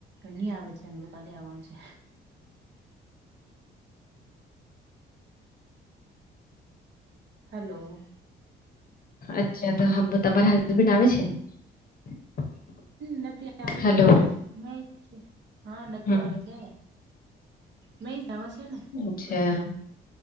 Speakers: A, on the right; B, on the left.
A: ની આવે છે કાલે આવવાનું છે
B: <inaudible>
A: હલો
B: અચ્છા તો હંભા તમારા હસબડ આવે છે <inaudible>
A: નથી આવે
B: હલો
A: છે મે કે હા નથી
B: હમ
A: આવે છે નાઈ આવે છે ને
B: અચ્છા
A: બસ મે